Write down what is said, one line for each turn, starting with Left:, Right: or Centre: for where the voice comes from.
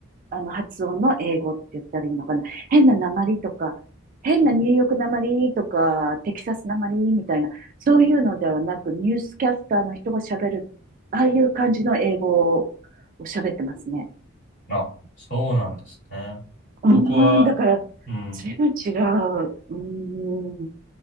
Right: あの、発音の英語って言ったらいいのかな。変な訛りとか、変なニューヨーク訛りとか、テキサス訛りみたいな、そういうのではなく、ニュースキャスターの人が喋る、ああいう感じの英語を喋ってますね。
Left: あ、そうなんですね。
Right: うん、
Left: 僕は、
Right: だから、
Left: うん、
Right: 随分違う。うん、うん、